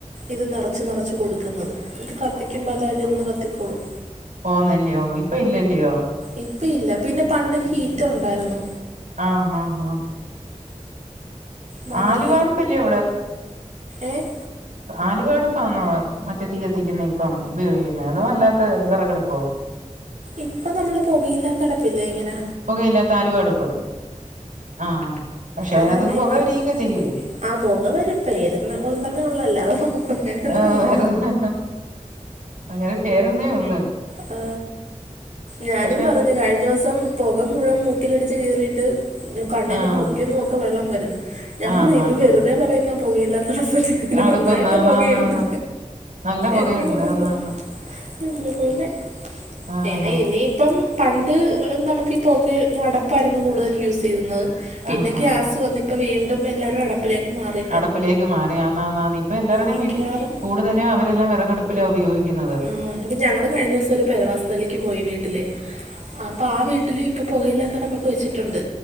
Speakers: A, on the right; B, on the right.
A: ഇത് നെറച്ച് നെറച്ച് കൊടുക്കുന്നത് ന്നിട്ട് കത്തിക്കുമ്പോ അതാതിന്ന് കത്തിക്കോളും
B: പോന്നില്യോ ഇപ്പൊ ഇല്ലല്യോ
A: ഇപ്പയില്ല പിന്നെ പണ്ടൊരു ഹീറ്ററുണ്ടാര്ന്നു
B: ആഹ് ഹ ഹ
A: മറ്റെ
B: ആലുവാടുപ്പല്ലയോ
A: ഏഹ്
B: ആലുവടുപ്പാന്നോ മറ്റേ തീ കത്തിക്കുന്നെ ഇപ്പം ഉപയോഗിക്കുന്നേ അതോ അല്ലാത്ത വെറകടുപ്പോ
A: ഇപ്പൊ നമ്മള് പൊകയില്ലാത്തടപ്പില്ലേ ഇങ്ങന
B: പൊകയില്ലാത്ത ആലുവാടുപ്പ് ആ പക്ഷെ അതിനാത്ത്ന്ന്
A: അത് തന്നെ
B: പൊക
A: ഇപ്പം
B: വരീക്ക ചെയ്യുല്ലേ
A: ആ പൊക വെരും പേരൊന്നു ഉണ്ടെന്നേള്ളു അല്ലാതെ അങ്ങനെയൊന്നുല്ല
B: ആ വെറുതെ അങ്ങനെ പേരന്നേയൊള്ള്
A: ഹ് ഞാനും
B: പക്ഷെ
A: പറഞ്ഞ് കഴിഞ്ഞോസം പൊക മുഴുവൻ മൂക്കിലടിച്ച് കേറീട്ടു കണ്ണീന്നും
B: ആ
A: മൂക്കീന്നൊക്ക വെള്ളം വരുന്നു ഞാൻ
B: ആഹ്
A: പറഞ്ഞ് ഇത്
B: ആഹ്
A: വെറുതെ
B: ആഹ്
A: പറയുന്ന പൊകയില്ലാത്തടുപ്പത്തി അതിന്
B: അടുപ്പ്
A: നന്നായിട്ട്
B: ആന്നാന്നാന്ന്
A: പൊകയിണ്ട്
B: നല്ല പുകയുണ്ട്
A: എന്താണെന്തോ
B: ആന്നാന്ന്
A: ഇന്നുപോലെ
B: ആഹ്
A: ഇനി
B: ആഹ്
A: ഇനി ഇപ്പം പണ്ട് നമുക്കിപ്പൊക്കെ അടപ്പായിരുന്നു കൂടുതൽ യൂസൈയ്യുന്നത് പിന്നെ
B: ആഹ്
A: ഗ്യാസ്
B: ആഹ്
A: വന്ന് ഇപ്പം വീണ്ടും എല്ലാരും അടപ്പിലേക്ക് മാറി
B: അടപ്പിലേക്ക് മാറി ആന്നാന്നാന്ന് ഇപ്പൊ എല്ലാവരുടെയും
A: മിക്കവാറും
B: വീട്ടിൽ കൂടുതലും അവരെല്ലാം വെറകടുപ്പിലാ ഉപയോഗിക്കുന്നത്
A: ആഹ് അപ്പ ഞങ്ങള് കഴിഞ്ഞോസം ഒരു പെരവാസത്തിലേക്ക് പോയി വീട്ടില് ആഹ് പ്പാ വീട്ടില് ഇപ്പൊ പൊകയില്ലാത്തടുപ്പൊക്കെ വെച്ചിട്ടുണ്ട്